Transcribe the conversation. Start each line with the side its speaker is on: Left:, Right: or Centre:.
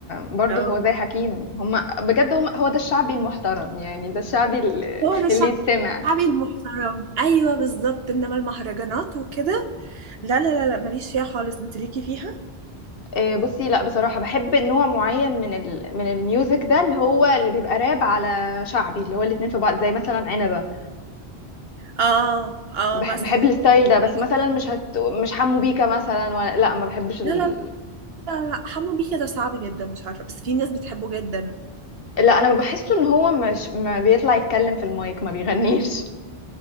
Left: برضه
Right: آه.
Left: هو زي حكيم هم بجد هم هو ده الشعبي المحترم يعني ده الشعبي ال-
Right: هو ده الشعبي
Left: اللي يتسمع
Right: المحترم ايوه بالظبط انما المهرجانات وكده لا لا لا لا ماليش فيها خالص انت ليكي فيها
Left: آه، بصي لا بصراحه بحب نوع معين من ال من الميوزك ده اللي هو اللي بيبقى راب على شعبي اللي هو الاتنين في بعض زي مثلا عنبه
Right: اه اه
Left: بح-
Right: مثلا
Left: بحب الستايل ده بس
Right: ماشي.
Left: مثلا مش هت مش حمو بيكا مثلا ولا لا ما بحبش
Right: لا
Left: ال...
Right: لا لا لا حمو بيكا ده صعب جدا مش عارفه بس في ناس بتحبه جدا
Left: لا انا بحسه ان هو مش ما بيطلع يتكلم في المايك ما بيغنيش